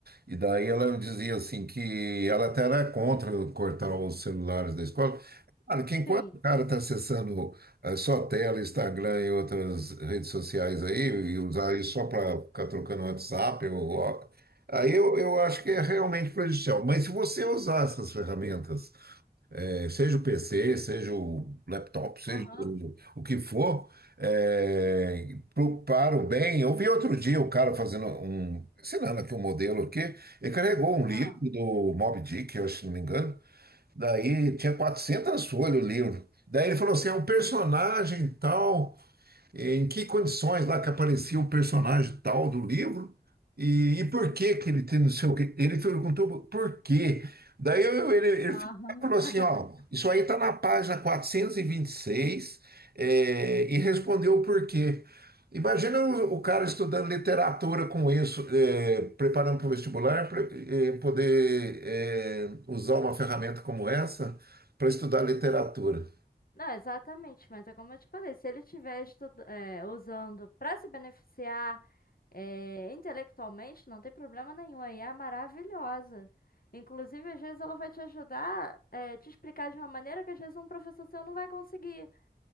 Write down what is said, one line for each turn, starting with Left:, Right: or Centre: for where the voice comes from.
Right: e daí ela dizia assim que ela até era contra cortar os celulares da escola. Claro que enquanto
Left: Sim.
Right: o cara está acessando eh, só tela, Instagram e outras redes sociais aí, e usar isso só para ficar trocando WhatsApp, ou- ou- aí eu, eu acho que é realmente prejudicial. Mas se você usar essas ferramentas é, Seja o PC, seja o laptop, seja
Left: Aham.
Right: o o que for, é, pro- para o bem. Eu vi outro dia o cara fazendo um, ensinando aqui um modelo aqui, ele carregou um livro
Left: Ah.
Right: do Moby Dick, eu acho, se não me engano, daí tinha 400 folhas o livro. Daí ele falou assim, é um personagem tal, em que condições lá que aparecia o personagem tal do livro e, e por que que ele tem não sei o quê. Ele perguntou por quê. Daí eu- ele, ele
Left: Aham.
Right: falou assim, ó,
Left: <laughs>
Right: isso aí tá na página 426 é, e respondeu o porquê. Imagina o, o cara estudando literatura com isso, é, preparando para o vestibular, pra, é, poder é, usar uma ferramenta como essa para estudar literatura.
Left: Não, exatamente, mas é como eu te falei, se ele estiver estu- é, usando para se beneficiar é, intelectualmente, não tem problema nenhum, a IA é maravilhosa. Inclusive, às vezes ela vai te ajudar, é, te explicar de uma maneira que às vezes um professor seu não vai conseguir,